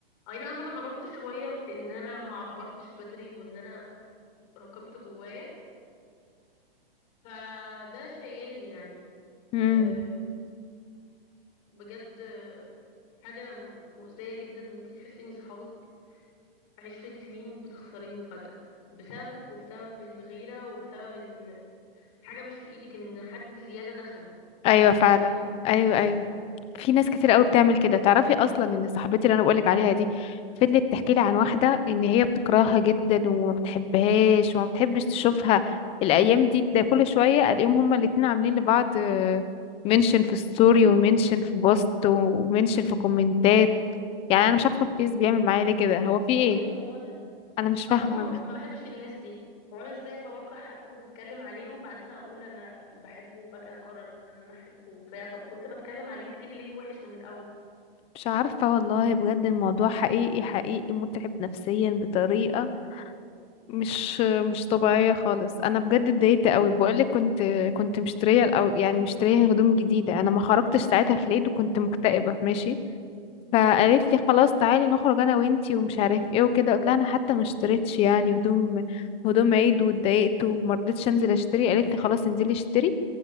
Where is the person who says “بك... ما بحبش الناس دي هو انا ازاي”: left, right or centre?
Left